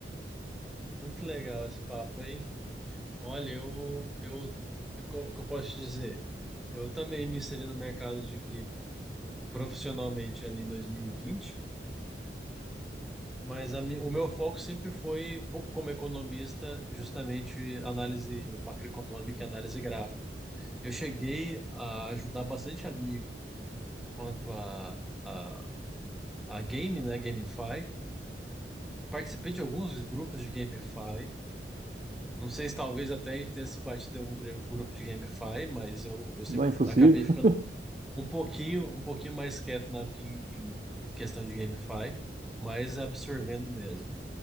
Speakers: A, in the centre; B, on the right.
A: Muito legal esse papo aí. Olha, eu, eu, o que eu posso te dizer? Eu também me inseri no mercado de cripto profissionalmente ali em 2020. Mas a mi- o meu foco sempre foi, co- como economista, justamente análise macroeconômica e análise gráfica. Eu cheguei a ajudar bastante amigo quanto a, a, a game, né, GameFi. Participei de alguns grupos de GameFi. Não sei se talvez até a gente tenha se batido em algum gru- grupo de GameFi, mas eu, eu sempre
B: Não é impossível.
A: acabei ficando
B: <laughs>
A: um pouquinho, um pouquinho mais quieto na minha em em questão de GameFi, mas absorvendo mesmo.